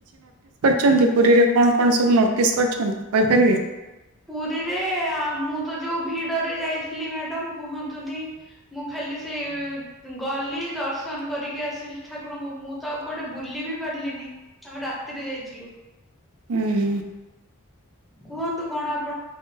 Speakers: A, on the right; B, in the centre.
A: ଛନ୍ତି ପୁରୀରେ କଣ କଣ ସବୁ ନୋଟିସ୍ କରିଛନ୍ତି କହିପାରିବେ?
B: ପୁରୀରେ ଆ ମୁଁ ତ ଯୋଉ ଭିଡ ଭିଡରେ ଯାଇଥିଲି ମ୍ୟାଡାମ କୁହନ୍ତୁନି ମୁଁ ଖାଲି ସେଇ ଗଲି ଦର୍ଶନ କରିକି ଆସିଲି ଠାକୁରଙ୍କୁ ମୁଁ ତ ଆଉ କୁଆଡେ ବୁଲି ବି ପାରିଲିନି। ଆମେ ରାତିରେ ଯାଇଥିଲୁ।
A: ହୁଁ
B: କୁହନ୍ତୁ। କଣ ଆପ